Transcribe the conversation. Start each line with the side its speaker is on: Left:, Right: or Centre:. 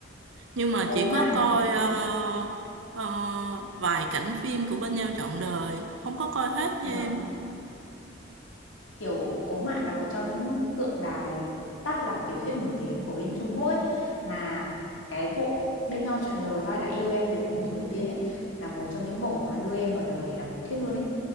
Right: nhưng mà
Left: Cố
Right: chị
Left: Mạn
Right: có coi
Left: là một
Right: ờ, ờ, vài cảnh phim của Bên Nhau Trọn Đời không có coi hết nha
Left: vâng,
Right: em
Left: kiểu Cố Mạn là một trong những tượng đài tác giả tiểu thuyết nổi tiếng của bên Trung Quốc ấy mà cái bộ Bên nhau trọn đời hay là yêu em từ cái nhìn đầu tiên ấy là một trong những bộ mà đưa em vào đời để đọc tiểu thuyết luôn ấy.